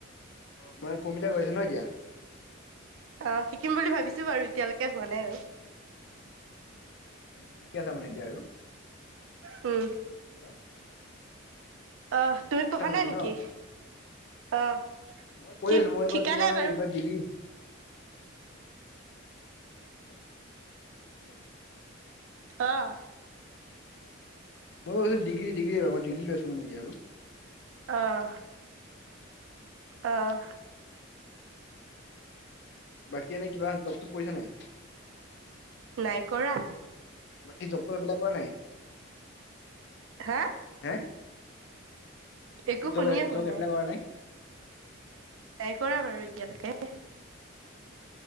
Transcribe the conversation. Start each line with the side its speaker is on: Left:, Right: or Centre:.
Left: অ মানে কম্পিউতাৰ কৰি আছে ন এতিয়া?
Right: অ', শিকিম বুলি ভাবিছো বাৰু এতিয়ালৈকে হোৱা নাই আৰু।
Left: মানে শিকি আছা মানে এতিয়া আৰু।
Right: উম।
Left: হেল্ল'।
Right: অ' তুমি
Left: শিকি
Right: পঢ়া
Left: আছা মানে
Right: নাই
Left: এতিয়া
Right: নেকি?
Left: ন?
Right: অহ
Left: মই পঢ়ি
Right: কি
Left: আছো মই
Right: ঠিকা
Left: এইবাৰ তোমাৰ
Right: নাই বাৰু
Left: এইবাৰ ডিগ্ৰী। <inaudible> হেল্ল'
Right: অ'।
Left: মই কৈছোঁ ডিগ্ৰী ডিগ্ৰী এইবাৰ মই ডিগ্ৰী লৈ আছোঁ মানে এতিয়া আৰু।
Right: আহ আহ
Left: বাকী এনেই কিবা জব চব কৰিছা নে নাই?
Right: নাই কৰা।
Left: বাকি জব চব এপ্লাই কৰা নাই?
Right: হা?
Left: হে, বাকী
Right: একো
Left: জব
Right: শুনিয়ে পোৱা
Left: জব এপ্লাই কৰা নাই?
Right: নাই কৰা বাৰু এতিয়ালৈকে।